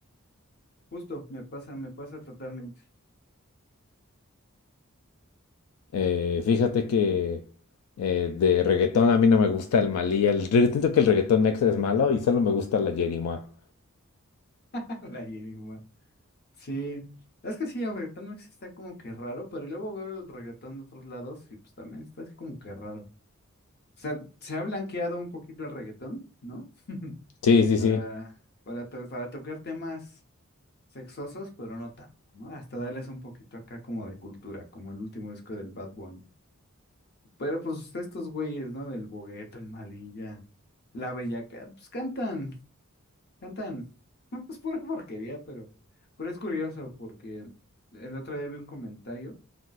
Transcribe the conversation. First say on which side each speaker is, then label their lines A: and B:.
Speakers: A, on the left; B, on the left.
A: Justo, me pasa, me pasa totalmente
B: Eh, fíjate que eh, de reggaetón a mí no me gusta el Malí. El reggaetón, siento que el reggaetón mexa es malo y solo me gusta la Yerimoa.
A: <laughs> la hierba. Sí, es que sí, el reggaetón mexicano está como que raro, pero luego veo el reggaetón de otros lados y pues también está así como que raro. O sea, se ha blanqueado un poquito el reggaetón, ¿no?
B: Sí, sí,
A: para,
B: sí.
A: para, to- para tocar temas sexosos, pero no tanto, ¿no? Hasta darles un poquito acá como de cultura, como el último disco del Bad Bunny. Pero pues estos güeyes, ¿no? Del Bogueto, el Malilla, la Bellaca, pues cantan, cantan. <laughs> Es pura porquería, pero, pero es curioso porque el otro día vi un comentario